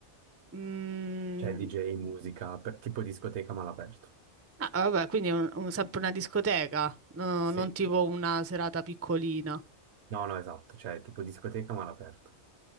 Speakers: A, on the right (about 25°); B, on the right (about 70°).
A: mm,
B: Cioè DJ, musica, per- tipo discoteca ma all'aperto.
A: ah, vabbè, quindi è un- un- sempre una discoteca, no-
B: Sì.
A: non tipo una serata piccolina.
B: No, no, esatto, cioè tipo discoteca ma all'aperto.